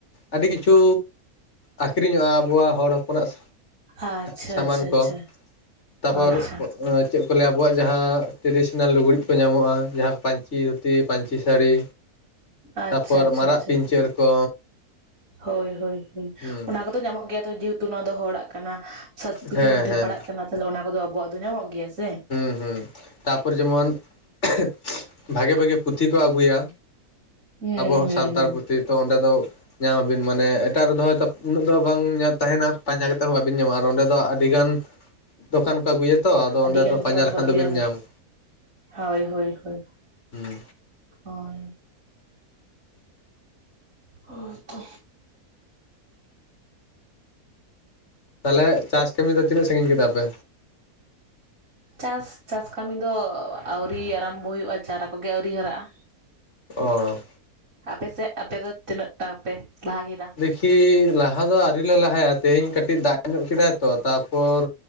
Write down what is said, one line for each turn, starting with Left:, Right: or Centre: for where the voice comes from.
Left: ᱟᱹᱰᱤ ᱠᱤᱪᱷᱩ ᱟᱠᱠᱷᱨᱤᱧᱚᱜᱼᱟ ᱟᱵᱚᱣᱟᱜ ᱦᱚᱲ ᱦᱚᱯᱚᱱᱟᱜ
Right: ᱟᱪᱪᱷᱟ
Left: ᱥᱟᱢᱟᱱ
Right: ᱟᱪᱪᱷᱟ
Left: ᱠᱚ
Right: ᱟᱪᱪᱷᱟ
Left: ᱛᱟᱯᱚᱨ
Right: ᱟᱪᱪᱷᱟ
Left: ᱚᱸ ᱪᱮᱫ ᱪᱮᱫ ᱠᱚ ᱞᱟᱹᱭᱟ ᱟᱵᱚᱣᱟᱜ ᱡᱟᱦᱟᱸ ᱴᱨᱮᱰᱤᱥᱚᱱᱟᱞ ᱞᱩᱜᱽᱲᱤᱡ ᱠᱚ ᱧᱟᱢᱚᱜᱼᱟ ᱡᱟᱦᱟᱸ ᱯᱟᱹᱧᱪᱤ ᱫᱷᱩᱛᱤ ᱯᱟᱹᱧᱪᱤ ᱥᱟᱹᱲᱤ
Right: ᱟᱪᱪᱷᱟ
Left: ᱛᱟᱯᱚᱨ
Right: ᱟᱪᱪᱷᱟ
Left: ᱢᱟᱨᱟᱜ
Right: ᱟᱪᱪᱷᱟ
Left: ᱯᱤᱧᱪᱟᱹᱨ ᱠᱚ
Right: ᱦᱳᱭ ᱦᱳᱭ ᱦᱳᱭ
Left: ᱦᱩᱸ
Right: ᱚᱱᱟ ᱠᱚᱫᱚ ᱧᱟᱢᱚᱜ ᱜᱮᱭᱟ ᱛᱚ ᱡᱮᱦᱮᱛᱩ ᱱᱚᱣᱟ ᱫᱚ ᱦᱚᱲᱟᱜ ᱠᱟᱱᱟ ᱥᱚᱝᱥᱠᱨᱤᱛᱤ
Left: ᱦᱮᱸ
Right: ᱢᱚᱫᱽᱫᱷᱮᱢ
Left: ᱦᱮᱸ
Right: ᱯᱟᱲᱟᱜ ᱠᱟᱱᱟ ᱛᱟᱞᱦᱮ ᱚᱱᱟ ᱠᱚᱫᱚ ᱟᱵᱚᱣᱟᱜ ᱫᱚ ᱧᱟᱢᱚᱜ ᱜᱮᱭᱟ ᱥᱮ
Left: ᱦᱩᱸ ᱦᱩᱸ ᱛᱟᱯᱚᱨ ᱡᱮᱢᱚᱱ <unintelligible> ᱵᱷᱟᱜᱮ ᱵᱷᱟᱜᱮ ᱯᱩᱛᱷᱤ ᱠᱚ ᱟᱜᱩᱭᱟ
Right: ᱦᱩᱸ
Left: ᱟᱵᱚ
Right: ᱦᱩᱸ
Left: ᱦᱚᱸ ᱥᱟᱱᱛᱟᱲ
Right: ᱦᱩᱸ
Left: ᱯᱩᱛᱷᱤ᱾ ᱛᱚ ᱚᱸᱰᱮ ᱫᱚ ᱧᱟᱢᱟᱵᱤᱱ ᱢᱟᱱᱮ ᱮᱴᱟᱜ ᱨᱮᱫᱚ ᱦᱚᱭᱛᱳ ᱩᱱᱟᱹᱜ ᱫᱚ ᱵᱟᱝ ᱛᱟᱦᱮᱱᱟ ᱯᱟᱸᱡᱟ ᱠᱟᱛᱮᱫ ᱦᱚᱸ ᱵᱵᱤᱱ ᱧᱟᱢᱟᱼᱟ ᱟᱨ ᱚᱸᱰᱮ ᱫᱚ ᱟᱹᱰᱤᱜᱟᱱ ᱫᱚᱠᱟᱱ ᱠᱚ ᱟᱹᱜᱩᱭᱟᱛᱚ ᱟᱫᱚ
Right: ᱟᱹᱰᱤ
Left: ᱚᱸᱰᱮ
Right: ᱜᱟᱱ
Left: ᱫᱚ ᱯᱟᱸᱡᱟ
Right: ᱫᱚᱠᱟᱱ
Left: ᱞᱮᱠᱷᱟᱱ
Right: ᱠᱚ ᱟᱹᱜᱩᱭᱟ,
Left: ᱫᱚᱵᱤᱱ ᱧᱟᱢᱟ
Right: ᱦᱟᱭ, ᱦᱳᱭ ᱦᱳᱭ ᱦᱳᱭ,
Left: ᱦᱩᱸ
Right: ᱦᱳᱭ ᱦᱳᱭ ᱛᱚ
Left: ᱛᱟᱞᱦᱮ ᱪᱟᱥ ᱠᱟᱹᱢᱤ ᱫᱚ ᱛᱤᱱᱟᱹᱜ ᱥᱟᱺᱜᱤᱧ ᱠᱮᱫᱟ ᱯᱮ
Right: ᱪᱟᱥ ᱪᱟᱥ ᱠᱟᱹᱢᱤ ᱫᱚ ᱟᱣᱨᱤ ᱟᱨᱟᱢᱵᱚ ᱦᱩᱭᱩᱜᱼᱟ ᱪᱟᱨᱟ ᱠᱚᱜᱮ ᱟᱹᱣᱨᱤ ᱦᱟᱨᱟᱜᱼᱟ
Left: ᱚ
Right: ᱟᱯᱮᱥᱮᱫ ᱟᱯᱮ ᱫᱚ ᱛᱤᱱᱟᱹᱜ ᱴᱟ ᱯᱮ ᱞᱟᱦᱟ ᱠᱮᱫᱟ
Left: ᱠᱤ ᱞᱟᱦᱟ ᱫᱚ ᱟᱣᱨᱤ‌ ᱞᱮ ᱞᱟᱦᱟᱭᱟ ᱛᱮᱦᱮᱧ ᱠᱟᱹᱴᱤᱡ ᱫᱟᱜ ᱧᱚᱜ ᱠᱮᱫᱟᱭ ᱛᱚ ᱛᱟᱯᱚᱨ